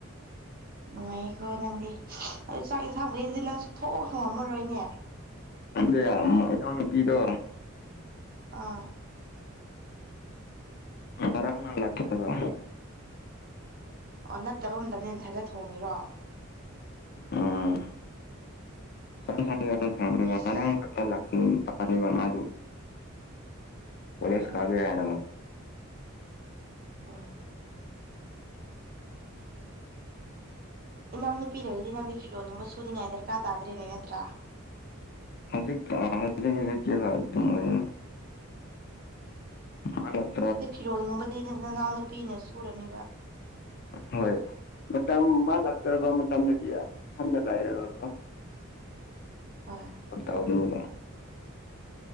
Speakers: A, on the right; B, on the left.
A: ꯅꯨꯡꯉꯥꯏꯌꯦꯀꯣ ꯅꯪꯗꯤ ꯑꯗꯨ ꯆꯥꯛ ꯌꯦꯟꯁꯥꯡꯕꯨꯗꯤ ꯅꯪ ꯁꯨ ꯊꯣꯡ ꯊꯣꯡꯉꯝꯃꯔꯣꯏꯅꯦ
B: <unintelligible> ꯏꯅꯥꯎ ꯅꯨꯨꯄꯤꯗꯣ
A: ꯑꯥ
B: ꯉꯔꯥꯡꯅ ꯂꯥꯛꯄꯅꯦꯕ
A: ꯑꯣ ꯅꯠꯇꯕ ꯑꯇꯝꯗꯤ ꯅꯊꯟꯗ ꯊꯣꯡꯉꯤꯔꯣ
B: ꯎꯝ <unintelligible>
A: ꯑꯦꯁ
B: <unintelligible> ꯃꯥꯗꯤ ꯀꯣꯂꯦꯁ
A: ꯑꯥ
B: ꯀꯥꯒꯦ ꯍꯥꯏꯔ
A: ꯍꯣꯏ ꯏꯅꯥꯎ ꯅꯨꯄꯤ ꯂꯩꯔꯗꯤ ꯅꯪꯗꯤ ꯐꯤꯔꯣꯟꯒꯨꯝꯕ ꯁꯨꯅꯤꯡꯉꯥꯏ ꯗꯔꯀꯥꯔ ꯇꯥꯗ꯭ꯔꯦꯅꯦ ꯅꯠꯇ꯭ꯔꯥ
B: ꯍꯧꯖꯤꯛ <unintelligible> ꯑꯗꯨꯝ ꯑꯣꯢꯌꯦ ꯍꯂꯣ <unintelligible>
A: ꯐꯤꯔꯣꯟꯒꯨꯝꯕꯗꯤ ꯅꯅꯥꯎ ꯅꯨꯄꯤꯅ ꯁꯨꯔꯅꯤꯕ
B: ꯍꯣꯏ ꯃꯇꯝ ꯃꯥ ꯂꯥꯛꯇ꯭ꯔꯕ ꯃꯇꯝꯗꯗꯤ ꯏꯁꯝꯗ ꯂꯩꯔꯔꯣꯢꯀꯣ
A: ꯍꯣꯏ
B: ꯄꯛꯇꯥꯎꯅꯤꯅꯦ <unintelligible>